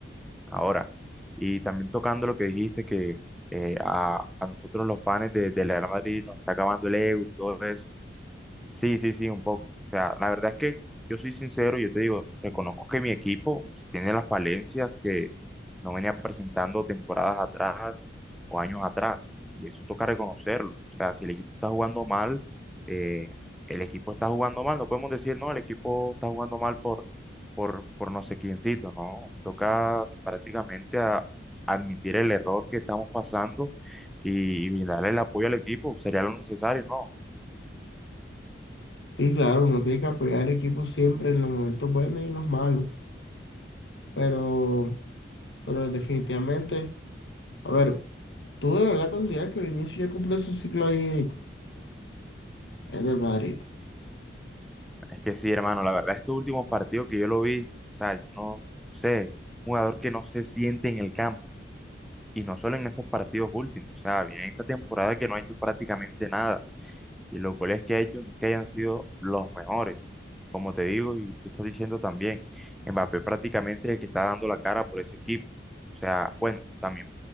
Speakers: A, in the centre; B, on the left (about 80°).
A: ahora. Y también tocando lo que dijiste, que eh, a, a nosotros los fans de, del Real Madrid nos está acabando el ego y todo eso Sí, sí, sí, un poco. O sea, la verdad es que yo soy sincero, yo te digo, reconozco que mi equipo pues, tiene la falencia que no venía presentando temporadas atrás o años atrás, y eso toca reconocerlo. O sea, si el equipo está jugando mal, eh, el equipo está jugando mal, no podemos decir, no, el equipo está jugando mal por, por, por no sé quiéncito, no. Toca prácticamente a- admitir el error que estamos pasando y, y darle el apoyo al equipo, sería lo necesario, ¿no?
B: Sí, claro, uno tiene que apoyar al equipo siempre en los momentos buenos y en los malos. Pero, pero definitivamente, a ver, ¿tú de verdad consideras que el inicio ya cumplió su ciclo ahí en el Madrid?
A: Es que sí, hermano, la verdad, este último partido que yo lo vi, o sea, yo no sé, un jugador que no se siente en el campo, y no solo en estos partidos últimos, o sea, viene esta temporada que no ha hecho prácticamente nada. Y los goles que ha hecho no es que hayan sido los mejores, como te digo, y tú estás diciendo también, Mbappé prácticamente es el que está dando la cara por ese equipo. O sea, bueno, también